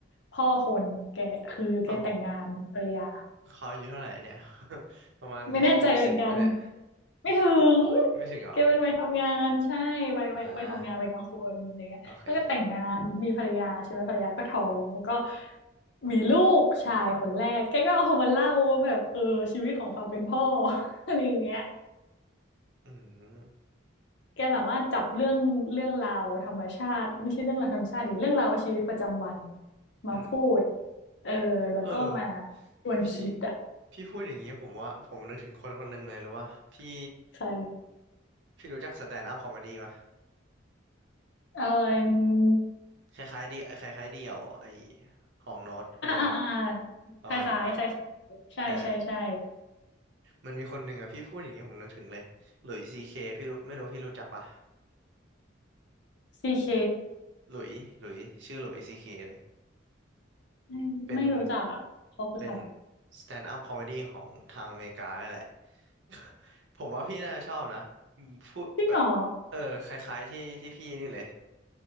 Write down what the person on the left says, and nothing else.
พ่อคนแกคือแกแต่งงานมีภรรยา
ไม่แน่ใจเหมือนกันไม่ถึง
แกเป็นวัยทำงานใช่วัยวัยวัยทำงานวัยกลางคนอะไรเงี้ยแล้วก็แต่งงานมีภรรยาใช่ไหมภรรยาก็ท้องแล้วก็
มีลูกชายคนแรกแกก็เอามาเล่าว่าแบบเออชีวิตของความเป็นพ่อ <laughs> อะไรอย่างเงี้ย
แกสามารถจับเรื่องเรื่องราวธรรมชาติไม่ใช่เรื่องราวธรรมชาติดรเรื่องราวชีวิตประจำวันมาพูด
เออแล้วก็มา
ชวนคิดอะ
ใคร
เออ
อ่าอ่าอ่า
คล้ายคล้ายคล้ายๆใช่ใช่ใช่
ซีเค
ไม่ไม่รู้จักอ่ะเขาคือใคร
จริงเหรอ